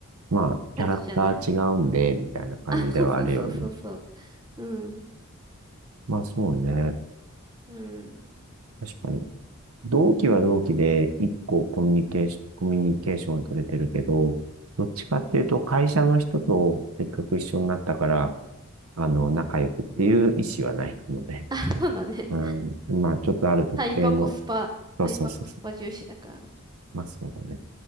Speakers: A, on the right; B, on the right.
A: まあ、キャラクター違うんで、
B: 感じじゃない
A: みたいな感じではあるよね。
B: <laughs> そうそうそうそう。うん。
A: まあ、そうね。
B: うん。
A: 確かに。同期は同期で、一個コミュニケーション、コミュニケーション取れてるけど、どっちかっていうと、会社の人とせっかく一緒になったから、あの、仲良くっていう意思はないかもね。
B: <laughs> そうだね。
A: うん。まあ、ちょっとある特定の、
B: タイパコスパ、
A: そうそうそうそ
B: タイパコスパ重視だからね。
A: う。まあ、そうだね。